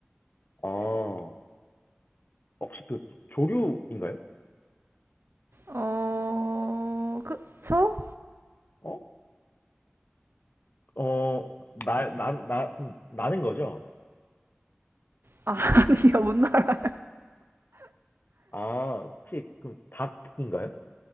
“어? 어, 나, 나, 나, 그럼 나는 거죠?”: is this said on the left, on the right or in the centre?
Left